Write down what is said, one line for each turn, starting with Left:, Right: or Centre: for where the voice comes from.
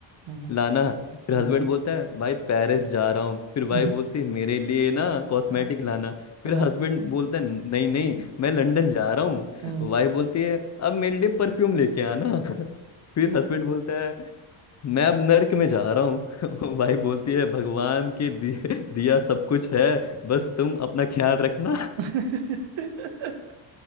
Right: हम्म,
Left: लाना
Right: हम्म,
Left: फिर हस्बैंड
Right: हम्म,
Left: बोलता है भाई पेरिस जा रहा हूँ फिर
Right: <laughs>
Left: वाइफ बोलती है मेरे लिए ना कॉस्मेटिक
Right: हाँ,
Left: लाना फिर
Right: हाँ,
Left: हस्बैंड बोलता है नहीं नहीं मैं लंदन जा रहा हूँ
Right: हम्म।
Left: वाइफ बोलती है अब मेरे लिए परफ्यूम लेके आना <laughs> फिर हस्बैंड बोलता है मैं अब नर्क में जा रहा हूँ <laughs> वाइफ बोलती है भगवान के दिए- दिया सब कुछ है बस
Right: <laughs>
Left: तुम अपना ख्याल रखना
Right: और